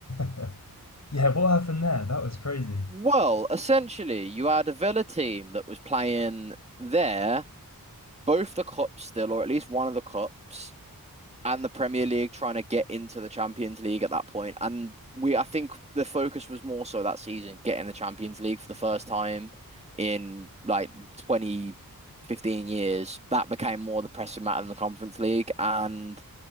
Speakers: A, on the left; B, on the right.
A: <laughs> yeah, what happened there? That was crazy.
B: Well, essentially, you had a Villa team that was playing there. both the cups still, or at least one of the cups, and the Premier League trying to get into the Champions League at that point. And we, I think the focus was more so that season, getting the Champions League for the first time in like 20 15 years. That became more the pressing matter than the Conference League. And